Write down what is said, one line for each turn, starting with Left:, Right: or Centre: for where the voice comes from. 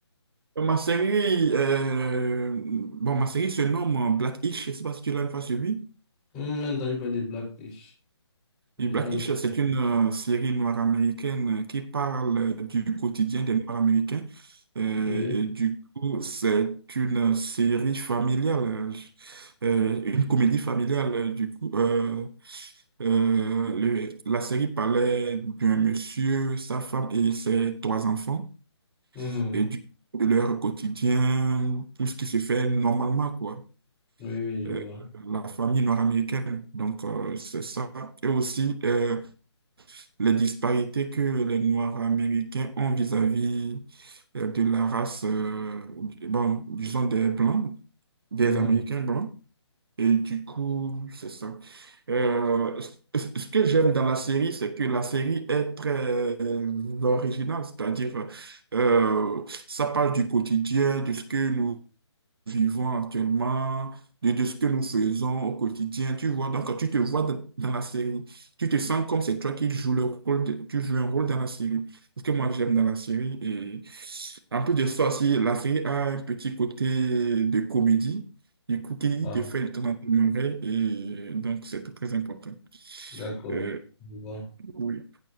Right: Euh, Ma série, euh, bon, ma série se nomme euh, Black-ish, je sais pas si tu l'as une fois suivi.
Left: Hum, J'ai entendu parler des black fish J'ai
Right: Et Black
Left: entendu.
Right: Isles, c'est une euh, série noire américaine qui parle euh, du quotidien des Noirs américains. Euh,
Left: Oui.
Right: et du coup, c'est une série familiale, euh, euh, une comédie familiale. euh, Du coup, euh, euh, le- la série parlait d'un monsieur, sa femme et ses trois enfants,
Left: Mhm.
Right: et du, de leur quotidien, tout ce qui se fait normalement, quoi.
Left: Oui, oui, je
Right: Euh,
Left: vois.
Right: la famille noire américaine. Donc, euh, c'est ça. Et aussi, euh, les disparités que les Noirs américains ont vis-à-vis euh, de la race, euh, bon, disons des Blancs, des
Left: Mhm.
Right: Américains blancs. Et du coup, c'est ça. Euh, ce ce- ce que j'aime dans la série, c'est que la série est très euh, originale, c'est-à-dire euh, ça parle du quotidien, de ce que nous vivons actuellement, de, de ce que nous faisons au quotidien. Tu vois, donc tu te vois dans, dans la série. Tu te sens comme c'est toi qui joues le rôle, de- tu joues un rôle dans la série. Ce que moi j'aime dans la série. Et en plus de ça aussi, la série a un petit côté de comédie. Du coup, qui
Left: Ah,
Right: te fait le temps d'en et donc c'est très important.
Left: d'accord.
Right: Euh,
Left: Je vois.
Right: oui.